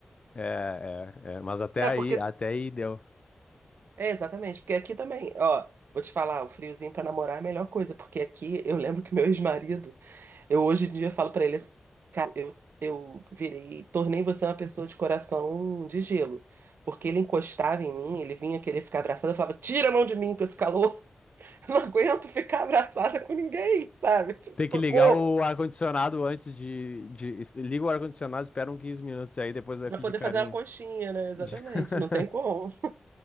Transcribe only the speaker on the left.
É, é, é, mas até
aí,
até aí deu.
Tem
que ligar o ar-condicionado antes de, de. Liga o ar-condicionado, espera uns 15 minutos aí, depois vai
pedir
carinho.
<laughs>